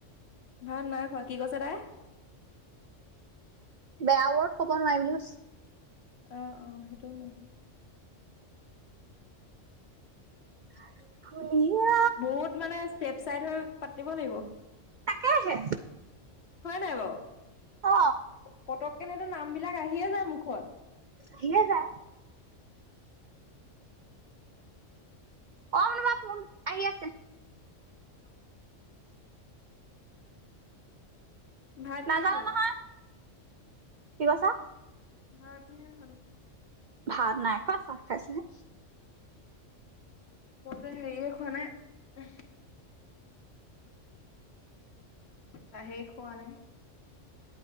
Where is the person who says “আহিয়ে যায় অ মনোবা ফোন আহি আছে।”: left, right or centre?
Right